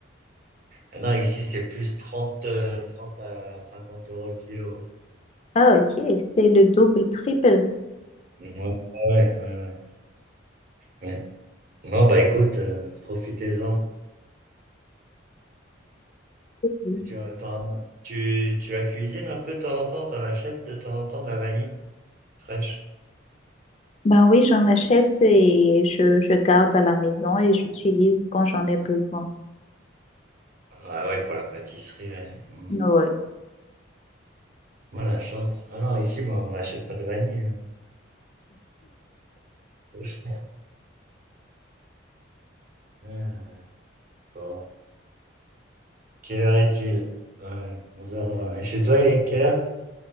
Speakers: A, on the right (about 45°); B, on the left (about 30°).
A: Ah non, ici, c'est plus trente euh, 30 à 50 euros le kilo.
B: Ah, ok, c'est le double, triple.
A: Ouais, ouais, ouais, ouais. ouais. Non, bah écoute, euh, profitez-en.
B: Oui.
A: Et tu, t'en- tu, tu la cuisines un peu de temps en temps, t'en achètes de temps en temps de la vanille fraîche.
B: Ben oui, j'en achète et je, je garde à la maison et j'utilise quand j'en ai besoin.
A: Ah ouais, pour la pâtisserie, ouais. Mm.
B: Oui,
A: Moi, la chance. Ah non, ici, moi, on n'achète pas de vanille. hein. Au ch- Ouais, ouais, ouais. Bon. Quelle heure est-il? Ouais, 11h20. Et chez toi, il est quelle heure?